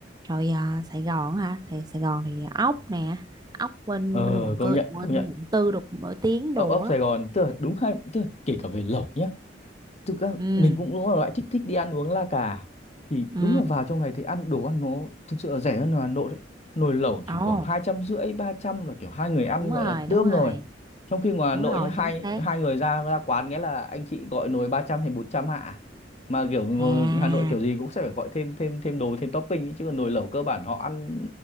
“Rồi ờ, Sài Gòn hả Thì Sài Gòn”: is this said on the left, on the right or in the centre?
Right